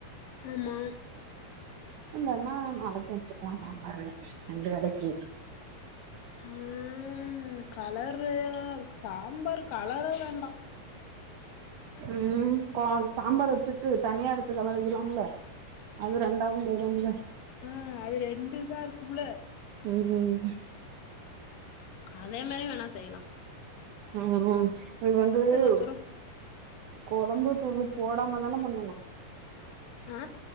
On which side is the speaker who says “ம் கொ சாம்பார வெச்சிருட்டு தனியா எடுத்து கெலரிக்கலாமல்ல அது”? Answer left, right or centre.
Right